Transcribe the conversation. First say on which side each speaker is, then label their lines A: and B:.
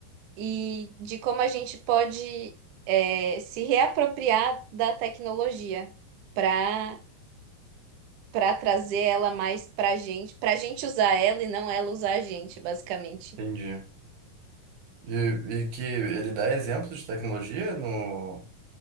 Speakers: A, on the right; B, on the right.
A: e de como a gente pode é, se reapropriar da tecnologia para para trazer ela mais para a gente, para a gente usar ela e não ela usar a gente, basicamente.
B: entendi. E, e que ele dá exemplos de tecnologia no,